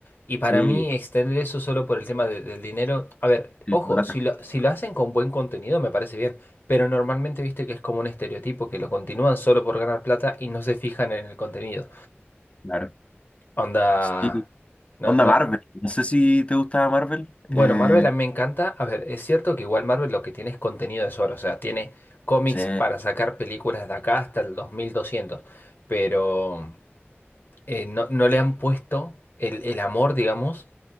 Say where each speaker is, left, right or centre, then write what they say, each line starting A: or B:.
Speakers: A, on the left; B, on the left.
A: Y para
B: Sí,
A: mí, extender eso solo por el tema de- del dinero. A ver,
B: Sí,
A: ojo,
B: con lata,
A: si lo, si lo hacen con buen contenido, me parece bien. Pero normalmente viste que es como un estereotipo que lo continúan solo por ganar plata y no se fijan en el contenido.
B: claro.
A: Onda.
B: Sí,
A: No,
B: onda
A: no.
B: Marvel. No sé si te gustaba Marvel.
A: Bueno,
B: Eh,
A: Marvel a mí me encanta. A ver, es cierto que igual Marvel lo que tiene es contenido de sobra, o sea, tiene cómics
B: sí,
A: para sacar películas de acá hasta el 2200, pero eh, no, no le han puesto el, el amor, digamos,